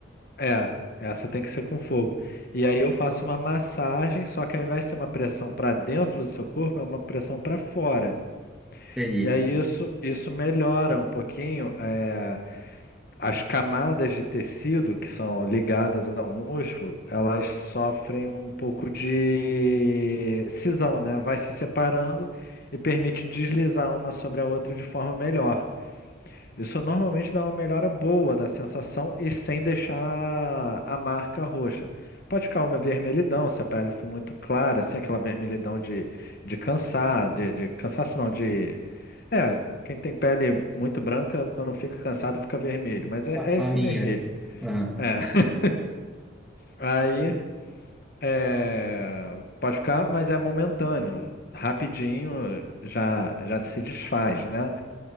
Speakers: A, on the left; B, in the centre.
A: É, essa tem que ser com fogo. E aí eu faço uma massagem, só que ao invés de ser uma pressão para dentro do seu corpo, é uma pressão para fora.
B: Entendi.
A: E aí isso, isso melhora um pouquinho. é, as camadas de tecido que são ligadas ao músculo, elas sofrem um pouco de cisão, né? Vai se separando e permite deslizar uma sobre a outra de forma melhor. Isso normalmente dá uma melhora boa na sensação e sem deixar a marca roxa. Pode ficar uma vermelhidão se a pele for muito clara, assim, aquela vermelhidão de, de cansar, de, de cansaço não, de é, quem tem pele muito branca, quando fica cansado, fica vermelho. Mas é,
B: A,
A: é esse
B: a minha.
A: vermelho.
B: Aham.
A: É. <laughs> Aí, é, pode ficar, mas é momentâneo. Rapidinho já, já se desfaz, né?